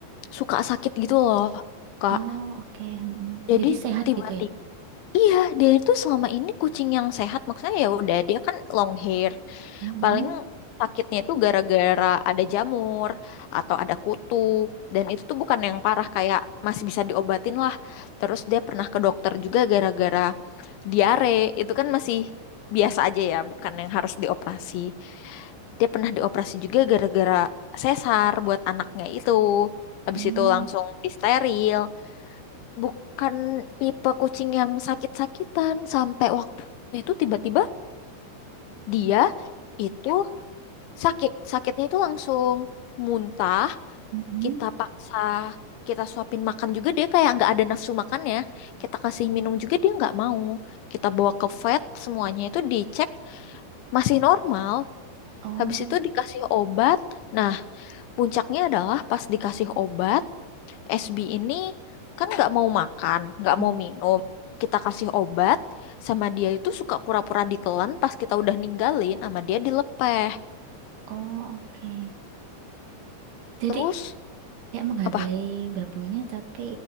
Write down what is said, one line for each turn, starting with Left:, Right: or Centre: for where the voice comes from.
Left: suka sakit gitu loh, Kak.
Right: Oh, oke. mm-mm.
Left: Jadi
Right: Jadi sehat
Left: tiba-tiba
Right: gitu ya?
Left: Iya, dia itu selama ini kucing yang sehat. Maksudnya ya udah, dia kan long hair.
Right: Mm-mm,
Left: Paling sakitnya itu gara-gara ada jamur atau ada kutu. Dan itu tuh bukan yang parah kayak masih bisa diobatin lah. Terus dia pernah ke dokter juga gara-gara diare. Itu kan masih biasa aja ya, bukan yang harus dioperasi. Dia pernah dioperasi juga gara-gara sesar buat anaknya itu. Habis
Right: mm,
Left: itu langsung disteril. Bukan tipe kucing yang sakit-sakitan sampai waktu itu tiba-tiba dia itu Sakit, sakitnya itu langsung muntah,
Right: mm-mm.
Left: kita paksa, kita suapin makan juga dia kayak nggak ada nafsu makannya. Kita kasih minum juga dia nggak mau. Kita bawa ke vet, semuanya itu dicek masih normal.
Right: Oh,
Left: Habis itu dikasih obat. Nah, puncaknya adalah pas dikasih obat, SB ini kan nggak mau makan, nggak
Right: mm,
Left: mau minum. Kita kasih obat, sama dia itu suka pura-pura ditelan pas kita udah ninggalin, sama dia dilepeh.
Right: oh oke. <laughs> Jadi
Left: Terus
Right: ya menghargai
Left: apa?
Right: babunya tapi